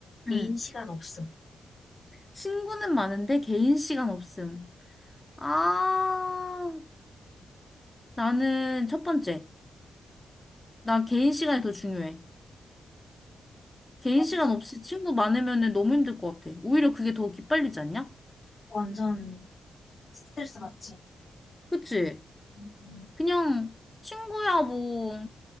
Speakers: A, on the left; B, on the left.
A: 응.
B: 개인 시간 없음.
A: 친구는 많은데 개인 시간 없음. 아, 나는 첫 번째. 나 개인 시간이 더 중요해. 개인
B: 나도
A: 시간
B: 첫
A: 없이 친구 많으면은 너무 힘들 것 같아. 오히려 그게 더 기빨리지 않냐?
B: 완전 스트레스 받지.
A: 그치?
B: 음.
A: 그냥 친구야 뭐